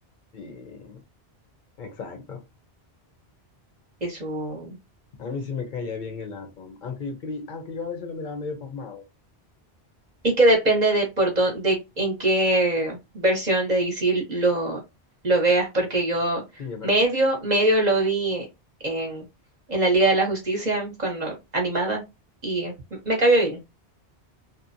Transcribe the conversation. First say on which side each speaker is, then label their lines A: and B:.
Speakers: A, on the left; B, on the right.
A: Sí, exacto.
B: Es su...
A: A mí sí me caía bien el Atom, aunque yo, creí- aunque yo a veces lo miraba medio pasmado.
B: Y que depende de por dónde, en qué versión de DC lo, lo veas, porque yo
A: Sí, es verdad.
B: medio, medio lo vi en, en la Liga de la Justicia cuando animada y me cayó bien.